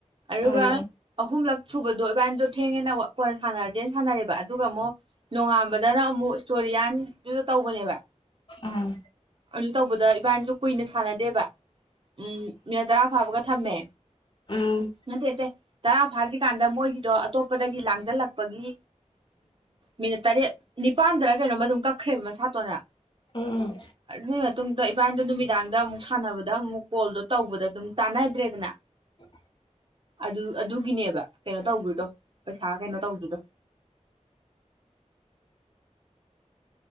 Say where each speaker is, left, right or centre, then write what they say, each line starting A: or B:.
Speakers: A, on the right (about 45°); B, on the left (about 40°).
A: ꯑꯗꯨꯒ
B: ꯎꯝ
A: ꯑꯍꯨꯝ ꯂꯥꯛ ꯁꯨꯕꯗꯣ ꯏꯕꯥꯏꯅꯤꯗꯣ ꯊꯦꯡꯉꯦꯅ ꯀꯣꯟ ꯁꯥꯟꯅꯔꯖꯦꯅ ꯁꯥꯟꯅꯔꯦꯕ ꯑꯗꯨꯒ ꯑꯃꯨꯛ ꯅꯣꯡꯉꯥꯟꯕꯗꯅ ꯑꯃꯨꯛ ꯏꯁꯇꯣꯔꯤꯌꯥꯟ ꯑꯗꯨꯗ ꯇꯧꯕꯅꯦꯕ
B: ꯑꯥ
A: ꯑꯗꯨ ꯇꯧꯕꯗ ꯏꯕꯥꯅꯤꯁꯨ ꯀꯨꯏꯅ ꯁꯥꯟꯅꯗꯦꯕ ꯎꯝ ꯃꯤ ꯇꯔꯥ ꯐꯥꯕꯒ ꯊꯝꯃꯦ
B: ꯎꯝ
A: ꯃ ꯇ ꯇꯔꯥ ꯐꯥꯗ꯭ꯔꯤꯀꯥꯟꯗ ꯃꯣꯏꯒꯤꯗꯣ ꯑꯇꯣꯞꯄꯗꯒꯤ ꯂꯥꯡꯁꯤꯜꯂꯛꯄꯒꯤ ꯃꯤꯅꯠ ꯇꯔꯦꯠ ꯅꯤꯄꯥꯟꯗꯔ ꯀꯩꯅꯣꯃ ꯑꯗꯨꯝ ꯀꯛ ꯈ꯭ꯔꯦ ꯃꯁꯥꯇꯣꯟꯅ
B: ꯎꯝ
A: ꯑꯗꯨꯒꯤ ꯃꯇꯨꯡꯗ ꯏꯄꯥꯅꯤꯗꯣ ꯅꯨꯃꯤꯗꯥꯡꯗ ꯑꯃꯨꯛ ꯁꯥꯟꯅꯕꯗ ꯑꯃꯨꯛ ꯀꯣꯜꯗꯣ ꯇꯧꯕꯗ ꯑꯗꯨꯝ ꯇꯥꯟꯅꯗ꯭ꯔꯦꯗꯅ
B: ꯎꯝ
A: ꯑꯗꯨ ꯑꯗꯨꯒꯤꯅꯦꯕ ꯀꯩꯅꯣ ꯇꯧꯗ꯭ꯣꯏꯗꯣ ꯄꯩꯁꯥ ꯀꯩꯅꯣ ꯇꯧꯗ꯭ꯣꯏꯗꯣ